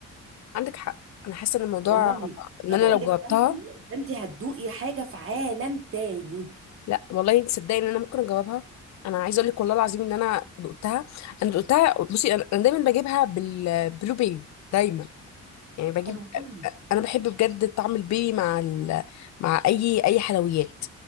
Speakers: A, on the left (about 65°); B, on the right (about 45°).
A: عندك حق انا حاسه ان الموضوع
B: والله
A: ان
B: ما
A: انا
B: بقول
A: لو
B: لك
A: جاوبتها
B: فانتي فانتي <laughs> هتدوقي حاجه في عالم تاني
A: لا والله تصدقي ان انا ممكن اجاوبها انا عايزه اقول لك والله العظيم ان انا دقتها انا دقتها بصي انا أنا دايما بجيبها بالبلو بيري دايما يعني بجيب
B: حلو قوي
A: انا بحب بجد طعم البيري مع ال... مع اي اي حلويات